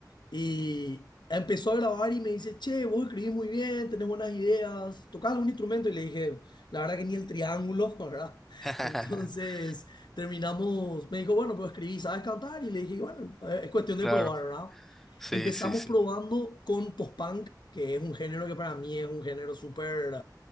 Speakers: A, on the left (about 85°); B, in the centre.
A: Y empezó a grabar y me dice, che, vos escribís muy bien, tenés buenas ideas, tocás algún instrumento. Y le dije, la verdad que ni el triángulo, <laughs> ¿verdad?
B: <laughs>
A: Entonces terminamos, me dijo, bueno, pero escribí, ¿sabes cantar? Y le dije, bueno, eh, es cuestión de
B: Claro,
A: probar, ¿verdad?
B: sí,
A: Empezamos
B: sí, sí.
A: probando con post-punk, que es un género que para mí es un género súper